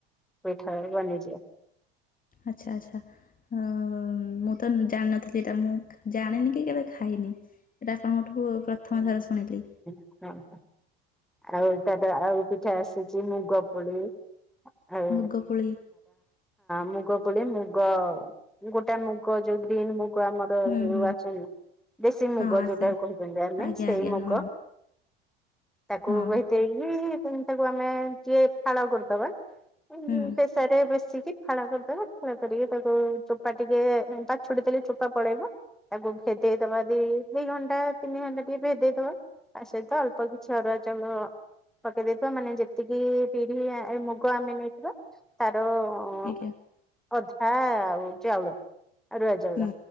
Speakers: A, in the centre; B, on the left.
A: ପଠା ବନିଯିବ।
B: ଆଚ୍ଛା ଆଚ୍ଛା। ହଁ! ମୁଁ ତ ଜାଣିନଥିଲି ଏଟା ମୁଁ ଜାଣିନି କି କେବେ ଖାଇନି। ଏଇଟା ଆପଣଙ୍କଠୁ ପ୍ରଥମ ଧର ଶୁଣିଲି।
A: ଓହୋ ଆଉ ତାର ଆଉ ପିଠା ଆସିଚି ମୁଗ ପୋଳି। <unintelligible> ହଁ!
B: ମୁଗ ପୋଳି
A: ମୁଗ ପୋଳି ମୁଗ ଗୋଟେ ମୁଗ ଯୋଉ ଗ୍ରୀନ୍ ମୁଗ୍ <unintelligible> ଆମର
B: ହୁଁ
A: ଯଉ
B: ହୁଁ
A: ଆସଚନ୍ତି। <unintelligible> ମୁଗ
B: ହଁ ଆସେ।
A: ଯୋଉଟା କହୁଚନ୍ତି ଆମେ
B: ଆଜ୍ଞା
A: ସେଇ
B: ଆଜ୍ଞା
A: ମୁଗ
B: ହଁ
A: ତାକୁ
B: ହଁ
A: <unintelligible> <unintelligible> ତାକୁ ଆମେ ଯିଏ ଫାଳ କରିଦବା
B: ହୁଁ
A: ପେସରେ ବେସିକି ଫାଳ କରଦବା‌ ଫାଳ କରିକି ତାକୁ ଚୋପା ଟିକେ ଉଁ ପାଛୁଡି କିରି ଚୋପା ପଳେଇବ। ତାକୁ ଭେଦେଇ ଦବା। ଦି ଦି ଘଣ୍ଟା ତିନି ଘଣ୍ଟା ଟିକେ ଭେଦେଇ ଦବା ତା ସହିତ ଅଳ୍ପ କିଛି ଅରୁଆ ଚାଉଳ ପକେଇ ଦେଇେଇଥିବା ମାନେ ଯେତିକି ବିରି ଆ ମୁଗ ଆମେ ନେଇଥିବା ତାର ହଁ
B: ଆଜ୍ଞା
A: ଅଧା ଆଉ ଚାଉଳ। ଆରୁୁଆ ଚାଉଳ।
B: ହୁଁ